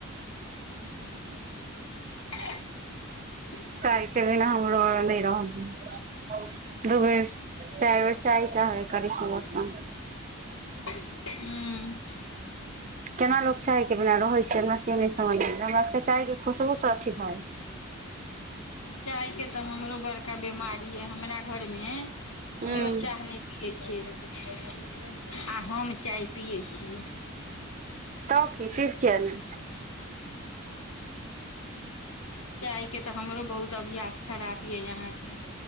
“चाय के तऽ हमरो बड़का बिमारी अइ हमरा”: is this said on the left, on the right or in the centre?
Left